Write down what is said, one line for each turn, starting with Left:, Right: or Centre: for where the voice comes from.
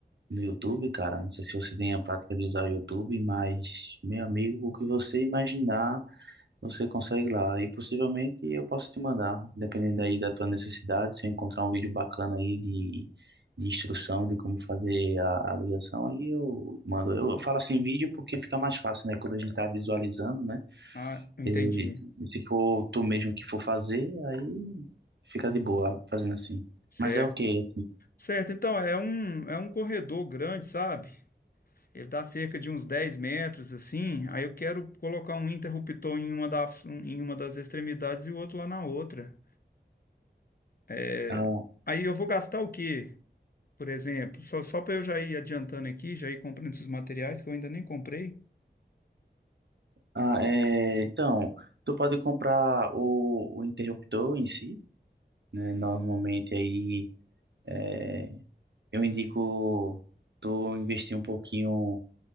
Right: no YouTube, cara. Não sei se você tem a prática de usar o YouTube, mas, meu amigo, o que você imaginar. você consegue lá. E possivelmente eu posso te mandar, dependendo aí da tua necessidade, se eu encontrar um vídeo bacana aí de, de instrução de como fazer a, a ligação, aí eu mando. Eu, eu falo assim vídeo porque fica mais fácil, né? Quando a gente tá visualizando, né?
Left: Ah, eu entendi.
Right: E, se for tu mesmo que for fazer, aí fica de boa fazendo assim.
Left: Certo.
Right: Mas é o quê?
Left: Certo, então, é um, é um corredor grande, sabe? Ele dá cerca de uns 10 metros, assim, aí eu quero colocar um interruptor em uma das, em uma das extremidades e o outro lá na outra. É,
Right: Ah,
Left: Aí eu vou gastar o quê? Por exemplo, só, só para eu já ir adiantando aqui, já ir comprando esses materiais que eu ainda nem comprei.
Right: ah, é, então, tu pode comprar o, o interruptor em si, né? Normalmente aí. é, eu indico tu investir um pouquinho